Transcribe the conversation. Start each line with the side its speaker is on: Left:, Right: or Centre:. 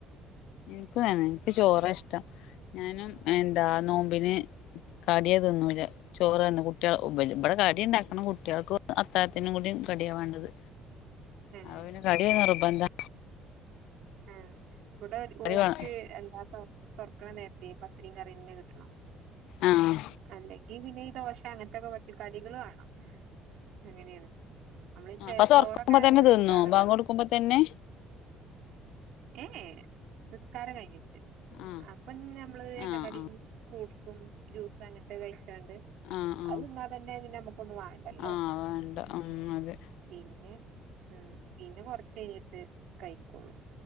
Left: എനിക്ക് തന്നെ. എനിക്ക് ചോറായിഷ്ടം ഞാനും
Right: ആ
Left: എന്താ നോമ്പിന് കടിയാ തിന്നുല്ല. ചോറ് തിന്ന് കുട്ടികൾ മ്പില് ഇവടെ കടിയൊണ്ടാക്കണം കുട്ടികക്ക് അത്താത്തിനും കൂടി. കടിയാ വേണ്ടത്.
Right: ഏ
Left: അ പിന്നെ കടിയ നിർബന്ധാ
Right: എ ഇവെടെ ഓൽക്ക്
Left: വേണം
Right: രണ്ടാമത്തെവർ തൊറക്കണ നേരത്തെ പത്തിരിയും കറിന്നെ കിട്ടണം.
Left: ആഹ്
Right: അല്ലെങ്കി പിന്നെ ഈ ദോശ അങ്ങനത്തെക്കെ പറ്റി കടികള് വേണം അങ്ങനെയാണ്. നമ്മളി ചേ
Left: പസ
Right: ചോറെക്കെ
Left: ഉറക്കുമ്പോ
Right: നമ്മുക്ക്
Left: തന്നെ തിന്നോ
Right: സുഖമാണല്ലോല്ലേ.
Left: ബാങ്ക് കൊടുക്കുമ്പോ തന്നെ
Right: ഏ ഏ നിസ്കാരം കഴിഞ്ഞിട്ട്
Left: ആഹ്
Right: അപ്പം നമ്മെള് എണ്ണക്കടിയും
Left: ആഹ് ആഹ്
Right: ഫ്രൂട്ട്സും ജ്യൂസും തന്നെതാൻ കഴിച്ചോണ്ട്
Left: ആഹ്
Right: അത്
Left: ആഹ്
Right: തിന്നാ തന്നെ പിന്നെ നമ്മെ ക്കൊന്നും വേണ്ടല്ലോ.
Left: ആഹ് വേണ്ട ഉം അതെ
Right: പിന്നെ ഉം പിന്നെ കൊറച്ച് കഴഞ്ഞിട്ട് കഴിക്കൊള്ളൂ,